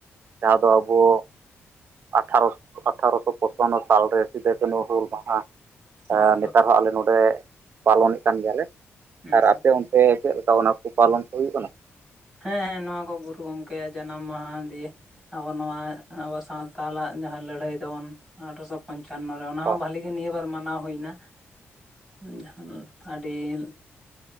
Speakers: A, on the right (about 50°); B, in the centre.
A: ᱡᱟᱦᱟᱸ ᱫᱚ ᱟᱵᱚ ᱟᱴᱷᱟᱨᱚᱥᱚ ᱟᱴᱷᱟᱨᱚᱥᱚ ᱯᱚᱪᱚᱱᱱᱚ ᱥᱟᱞᱨᱮ ᱥᱤᱫᱟᱹ ᱠᱟᱹᱱᱩ ᱦᱩᱞ ᱢᱟᱦᱟ᱾
B: ᱦᱳᱭ ᱦᱳᱭ
A: ᱱᱮᱛᱟᱨ ᱦᱚᱸ ᱟᱞᱮ ᱱᱚᱸᱰᱮ ᱯᱟᱞᱚᱱᱮᱫ ᱠᱟᱱ ᱜᱮᱭᱟᱞᱮ,
B: ᱦᱩᱸ
A: ᱟᱨ ᱟᱯᱮ ᱚᱱ ᱥᱮ ᱪᱮᱫ ᱞᱮᱠᱟ ᱚᱱᱟ ᱠᱚ ᱯᱟᱞᱚᱱ ᱠᱚ ᱦᱩᱭᱩᱜ ᱠᱟᱱᱟ?
B: ᱦᱮᱸ ᱦᱮᱸ ᱱᱚᱣᱟ ᱠᱚ ᱜᱩᱨᱩ ᱜᱚᱝᱠᱮᱭᱟᱜ ᱡᱟᱱᱟᱢ ᱢᱟᱦᱟ ᱫᱤᱭᱮ ᱟᱵᱚ ᱱᱚᱣᱟ ᱟᱵᱚ ᱥᱟᱶᱛᱟᱞᱟᱜ ᱡᱟᱦᱟᱸ ᱞᱟᱹᱲᱦᱟᱹᱭ ᱛᱟᱵᱚᱱ ᱟᱴᱷᱨᱚᱥᱚ ᱯᱚᱱᱪᱟᱱᱱᱚ ᱨᱮ ᱚᱱᱟ
A: ᱦᱳᱭ
B: ᱦᱚᱸ ᱵᱷᱟᱞᱤᱜᱮ ᱱᱤᱭᱟᱹ ᱵᱟᱨ ᱢᱟᱱᱟᱣ ᱦᱩᱭᱱᱟ᱾ ᱡᱟᱦᱟᱱ ᱟᱰᱤᱞ